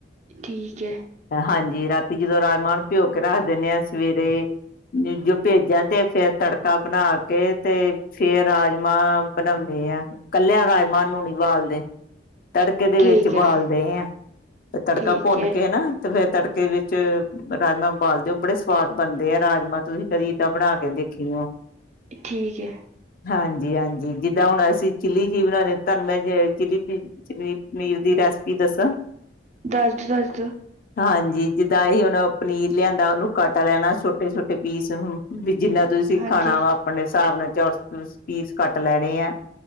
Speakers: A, on the right (about 35°); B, on the left (about 45°).
A: ਠੀਕ ਹੈ।
B: ਹਾਂਜੀ ਰਾਤੀ ਜਦੋਂ ਰਾਜਮਾਂ ਨੂੰ ਭਿਓ ਕੇ ਰੱਖ ਦਿੰਦੇ ਹਾਂ ਸਵੇਰੇ ਜੋ ਭੇਜਾਂ ਤੇ ਫੇਰ ਤੜਕਾ ਬਣਾ ਕੇ ਤੇ ਫੇਰ ਰਾਜਮਾਂ ਬਣਾਉਂਦੇ ਆ ਕੱਲਿਆਂ ਰਾਜਮਾਂ ਨੂੰ ਨੀ ਬਾਲਦੇ। ਤੜਕੇ ਦੇ
A: ਠੀਕ
B: ਵਿੱਚ ਬਾਲਦੇ
A: ਹੈ
B: ਹ ਤੇ ਤੜਕਾ
A: ਠੀਕ
B: ਭੁੰਨ
A: ਹੈ
B: ਕੇ ਨਾ ਤੇ ਫੇਰ ਤੜਕੇ ਵਿੱਚ ਰਾਜਮਾਂ ਬਬਾਲਦੇ ਹੋ ਬੜੇ ਸਵਾਦ ਬਣਦੇ ਆ ਰਾਜਮਾਂ ਤੁਸੀਂ। ਕਰੀ ਤਾਂ ਬਣਾ ਕੇ ਦੇਖੀਓ
A: ਠੀਕ ਹੈ।
B: ਹਾਂਜੀ-ਹਾਂਜੀ ਜਿੱਦਾਂ ਹੁਣ ਅਸੀਂ। ਚਿੱਲੀ ਚੀ ਬਣਾਉਂਦੇ ਤੁਹਾਨੂੰ ਮੈਂ ਚਿੱਲੀ ਚ ਪਨੀਰ ਦੀ ਰੈਸਪੀ ਦੱਸਾਂ?
A: ਦੱਸ ਦਓ ਦੱਸ ਦਓ
B: ਹਾਂਜੀ ਜਿੱਦਾਂ ਅ ਹੁਣ ਪਨੀਰ ਲਿਆਂਦਾ ਉਹਨੂੰ ਕੱਟ ਲੈਣਾ ਛੋਟੇ-ਛੋਟੇ ਪੀਸ ਵੀ ਜਿੰਨਾ। ਤੁਸੀਂ
A: ਹਾਂਜੀ
B: ਖਾਣਾ ਵਾ ਆਪਣੇ ਹਿਸਾਬ ਨਾਲ ਚ ਪੀਸ ਘੱਟ ਲੈਣੇ ਆ।